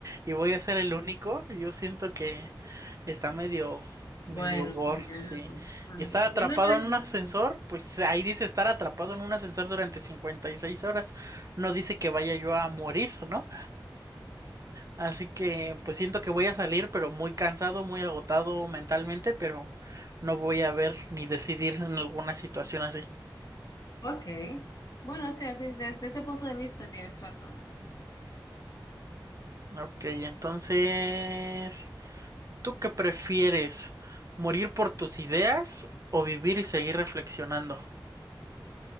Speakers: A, on the right (about 45°); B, on the left (about 50°).
A: y voy a ser el único. Yo siento que está medio, medio
B: Bueno,
A: gore,
B: sí, tienes
A: sí.
B: razón. Bueno,
A: Y estar
B: sí,
A: atrapado
B: viéndolo desde
A: en un
B: ese
A: ascensor,
B: punto.
A: pues ahí dice estar atrapado en un ascensor durante 56 horas. No dice que vaya yo a morir, ¿no? Así que pues siento que voy a salir, pero muy cansado, muy agotado mentalmente, pero no voy a ver ni decidir en alguna situación así.
B: Ok. Bueno, sí, así, desde ese punto de vista tienes razón.
A: Ok, entonces, ¿tú qué prefieres? ¿Morir por tus ideas o vivir y seguir reflexionando?